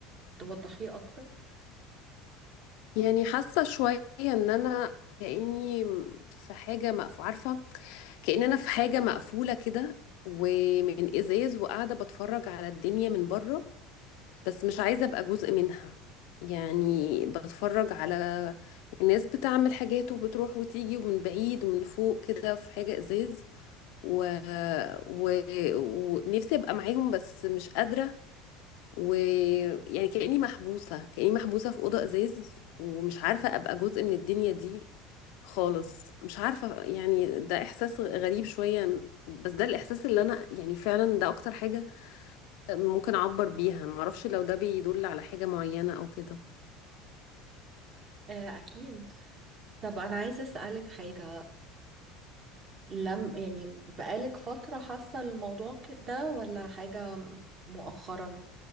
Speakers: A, on the right (about 30°); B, on the left (about 65°).
A: توضحيه اكتر
B: يعني حاسة شوية ان انا كأني في حاجة مقفولة عارفة كأن انا في حاجة مقفولة كده ومن ازاز وقاعدة بتفرج على الدنيا من بره بس مش عايزة ابقى جزء منها يعني بتفرج على الناس بتعمل حاجات وبتروح وتيجي ومن بعيد ومن فوق كده في حاجة ازاز و... و... ونفسي ابقى معاهم بس مش قادرة ويعني كأني محبوسة كأني محبوسة في أوضة إزاز ومش عارفة أبقى جزء من الدنيا دي خالص مش عارفة يعني ده إحساس غريب شوية بس ده الإحساس اللي أنا يعني فعلا ده أكتر حاجة ممكن أعبر بيها معرفش لو ده بيدل على حاجة معينة أو كده
A: آه أكيد طب انا عايزة اسألك حاجة لم يعني بقالك فترة حاسة الموضوع ك- ده ولا حاجة مؤخرا